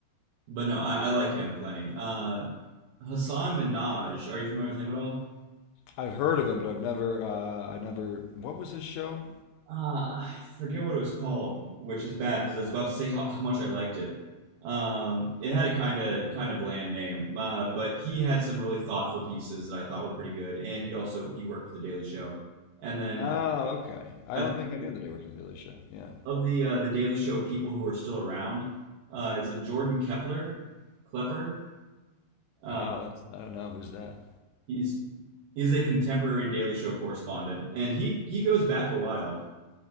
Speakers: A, on the right; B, on the left.
A: but no, I, I like him plenty. Uh, Hassan Minaj, are you familiar with him at all?
B: I've heard of him, but I've never, uh, I never. What was his show?
A: Uh, I forget what it was called, which is bad because I was about to say <laughs> how, how much I liked it. Um, it had a kind of kind of bland name, uh, but he had some really thoughtful pieces that I thought were pretty good, and he also he worked with the Daily Show. And then
B: Oh,
A: uh,
B: okay. I
A: I
B: don't think
A: think
B: I knew that he worked on the Daily Show. Yeah.
A: of the uh, the Daily Show people who are still around, uh, is it Jordan Kepler, Klepper? Uh,
B: Oh, that's I don't know who's that.
A: he's he's a contemporary Daily Show correspondent, and he he goes back a while.